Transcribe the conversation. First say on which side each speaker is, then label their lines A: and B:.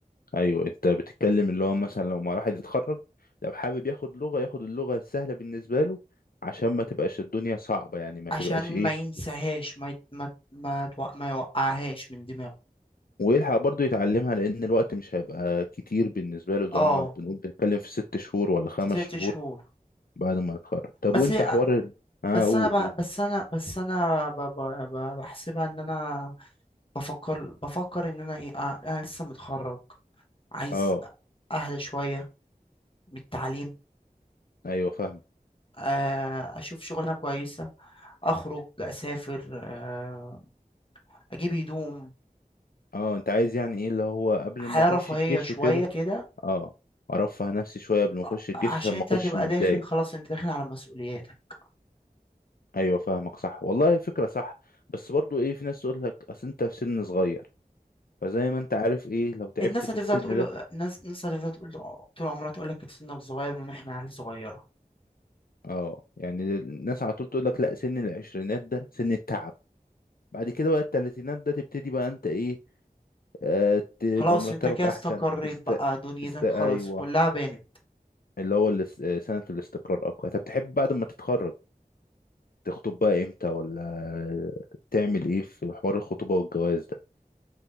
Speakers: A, on the left; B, on the left.
A: ايوه انت بتتكلم اللي هو مثلا لو ما الواحد يتخرج لو حابب ياخد لغة ياخد اللغة السهلة بالنسبة له عشان ما تبقاش الدنيا صعبة يعني ما
B: عشان
A: تبقاش ايه
B: ما ينساهاش ما يت... ما ما, تو... ما يوقعهاش من دماغه
A: ويلحق برضه يتعلمها لان الوقت مش هيبقى كتير بالنسبة له
B: اه
A: ده هما بنقول بنتكلم في ست شهور ولا خمس
B: في ست
A: شهور
B: شهور
A: بعد ما يتخرج طب
B: بس
A: وانت حوار ال- اه
B: بس
A: قول
B: أنا
A: قول
B: ب... بس أنا بس أنا ب... ب... ب... بحسبها إن أنا بفكر بفكر إن أنا إيه أ- أنا لسه متخرج عايز
A: اه
B: أهدى شوية من التعليم
A: ايوه فاهم
B: آه، اشوف شغلانه كويسه اخرج اسافر آه، اجيب هدوم
A: اه انت عايز يعني ايه اللي هو قبل
B: حياه
A: ما اخش
B: رفاهيه
A: الجيش
B: شويه
A: وكده
B: كده
A: اه ارفه نفسي شوية قبل ما اخش
B: آه،
A: الجيش
B: عشان
A: عشان ما
B: انت
A: اخش
B: هتبقى
A: متضايق
B: داخل خلاص انت داخل على مسؤولياتك
A: ايوه فاهمك صح والله فكره صح بس برضو ايه في ناس تقول لك اصل انت في سن صغير فزي ما انت عارف ايه لو تعبت
B: الناس
A: في
B: هتفضل
A: السن
B: تقول
A: ده
B: له الناس الناس هتفضل تقول له طول عمرها تقول لك سنك صغير من احنا عيال صغيره
A: اه يعني الناس على طول تقول لك لا سن العشرينات ده سن التعب بعد كده بقى التلاتينات ده تبتدي بقى انت ايه آه تبقى
B: خلاص
A: مرتبك
B: انت كده استقريت
A: احسن تست
B: بقى دنيتك
A: تست ايوه
B: خلاص كلها بانت
A: اللي هو الاس- آه، سنه الاستقرار اقوى طب تحب بعد ما تتخرج تخطب بقى امتى ولا تعمل ايه في حوار الخطوبه والجواز ده